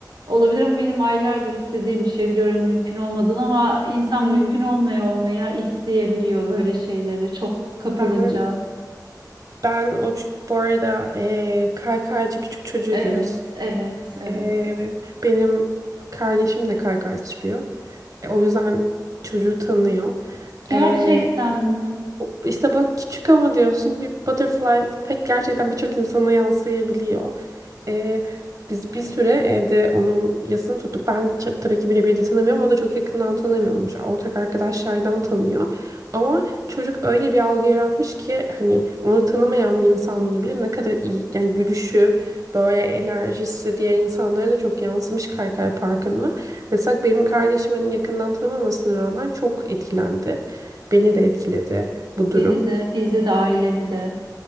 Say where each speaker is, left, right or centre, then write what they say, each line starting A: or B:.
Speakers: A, on the right; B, on the right.
A: olabilir ama benim aylardır istediğim bir şey biliyorum mümkün olmadığını ama insan
B: E,
A: mümkün olmaya olmaya isteyebiliyor böyle şeyleri çok kapılınca.
B: ben ben o ç- bu arada e, kaykaycı küçük çocuğu
A: Evet,
B: diyoruz.
A: evet, evet.
B: E, benim kardeşim de kaykay sürüyor. E, o yüzden çocuğu tanıyor.
A: Gerçekten
B: E,
A: mi?
B: o- işte bak küçük ama diyorsun bir butterfly pek gerçekten birçok insana yansıyabiliyor. Ee, biz bir süre evde onun yasını tuttuk. Ben ç- tabii ki birebir de tanımıyorum. O da çok yakından tanımıyormuş. Ortak arkadaşlardan tanıyor. Ama çocuk öyle bir algı yaratmış ki hani onu tanımayan bir insanla bile ne kadar iyi yani gülüşü böyle enerjisi diğer insanlara da çok yansımış Kaykay Parkı'na. Mesela benim kardeşim hani yakından tanımamasına rağmen çok etkilendi. Beni de etkiledi bu durum.
A: Beni de, bizi de, ailemi de.